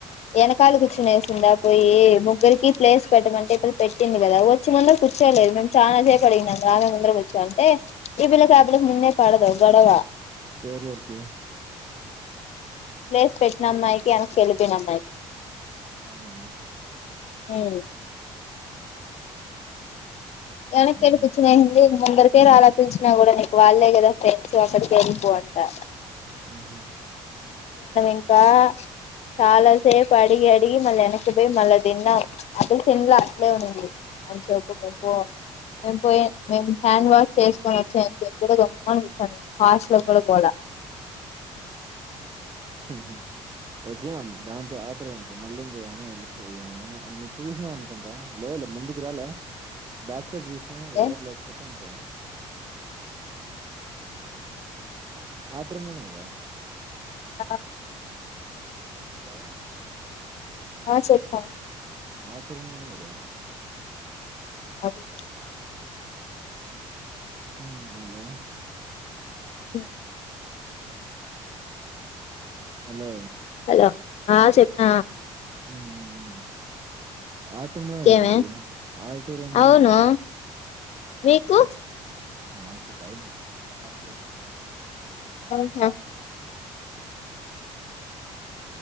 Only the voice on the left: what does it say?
వెనకాల కూర్చునేసిందా పోయి ముగ్గురికి ప్లేస్ పెట్టమంటే ఇ పిల్ల పె ట్టింది కదా వచ్చి ముందర కూర్చోలేదు మేము చానా సేపు అడిగినాం రామే ముందర కూర్చో అంటే ఈ పిల్లకి ఆ పిల్లకి ముందే పడదు గొడవ
ప్లేస్ పెట్టిన అమ్మాయికి ఎన్నకు వెళ్లిపోయిన అమ్మాయికి
హ్మ్ ఎనక్కేళ్లి
కూర్చునేముంది ముందరి కే రాలా పిలిచినా కూడా నీకు వాళ్ళే కదా ఫ్రెండ్స్ అక్కడికే ఎళ్లిపో అంటా
ఇంకా చాలా సేపు అడిగి అడిగి మళ్ళీ వెనకిపోయి మళ్ళా తిన్నాం అది తిన్ల అట్లే ఉనింది అంచేపు మేం పొ మేము పోయి మేము హ్యాండ్ వాష్ చేసుకొని వచ్చాయని చెప్పి కూడా గమ్మని కూర్చొని హాస్ లో కూడా గోల
ఏ
ఆ
ఆ చెప్ప
అది
హు
హలో ఆ సేప్న
ఇంకేమే
అవును
మీకు
ఆహా